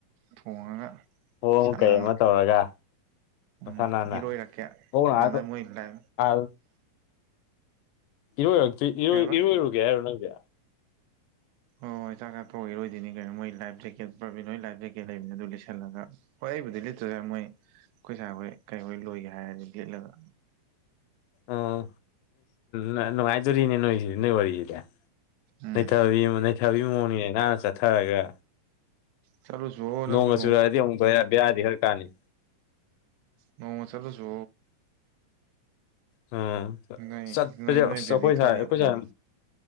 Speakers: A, on the right; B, on the left.
A: ꯊꯣꯡꯉꯒ
B: ꯑꯣ ꯑꯃ
A: ꯁꯅꯥꯅ
B: ꯀꯩ ꯑꯃ ꯇꯧꯔꯒ ꯀꯁꯅꯥꯅꯥ
A: ꯎꯝ ꯏꯔꯣꯏꯔꯛꯀꯦ
B: ꯀꯅ
A: ꯑꯥꯗ ꯃꯣꯏ ꯂꯥꯏ
B: ꯑꯜ ꯏꯔꯣꯏꯔꯛꯇ ꯏꯔ
A: ꯀꯩ ꯍꯥꯏꯕ
B: ꯏꯔꯣꯏ ꯏꯔꯒꯦ ꯍꯥꯏꯔꯣ ꯅꯪꯦ
A: ꯍꯣꯏ ꯍꯣꯏ ꯆꯥꯛ ꯆꯥꯊꯣꯛ ꯑꯣꯏꯔꯣꯏꯅꯤ ꯀꯩꯅꯣ ꯃꯣꯏ ꯂꯥꯏꯐ ꯖꯦꯀꯦꯠ ꯄ꯭ꯔꯥꯕꯤꯟ ꯍꯣꯏ ꯂꯥꯏꯐ ꯖꯦꯀꯦꯠ ꯂꯩꯕꯅꯤ ꯑꯗꯨ ꯂꯤꯁꯜꯂꯒ ꯍꯣꯏ ꯑꯩꯕꯨꯗꯤ ꯑꯗꯨꯗ ꯃꯣꯏ ꯑꯩꯈꯣꯏ ꯁꯥꯥꯈꯣꯏ ꯀꯔꯤꯈꯣꯏ ꯂꯣꯏꯒꯦ ꯍꯥꯏꯔꯗꯤ ꯌꯦꯠꯂꯒ
B: ꯑꯣ ꯅꯅꯨꯡꯉꯥꯏꯖꯔꯤꯅꯦ ꯅꯣꯏ ꯋꯥꯔꯤ ꯋꯥꯔꯤꯁꯤꯗ
A: ꯎꯝ
B: ꯂꯩꯊꯕꯤ ꯂꯩꯊꯕꯒꯤ ꯃꯑꯣꯡꯅꯤꯅꯦ ꯅꯍꯥꯛꯅ ꯆꯠꯊꯔꯒ
A: ꯆꯠꯂꯨꯆꯣ
B: ꯅꯣꯡꯃ
A: ꯅꯪꯁꯨ
B: ꯆꯨꯔꯛꯑꯗꯤ ꯑꯃꯨꯛꯛꯇ ꯍꯔ ꯕꯔꯗꯤ ꯍꯥꯏꯔ ꯀꯥꯟꯅꯤ
A: ꯃꯃ ꯆꯠꯂꯁꯨ
B: ꯎꯝ
A: ꯅꯣꯏ
B: ꯆꯠꯄꯁꯦ
A: ꯅꯣꯏ ꯅꯣꯏ
B: ꯑꯁ
A: ꯕꯦꯕꯤ
B: ꯑꯩꯈꯣꯏ
A: ꯊꯣꯛꯂꯛꯑꯦꯗꯥꯏꯅꯦ
B: ꯁꯥꯏ ꯑꯩꯈꯣꯏ ꯁꯥꯏ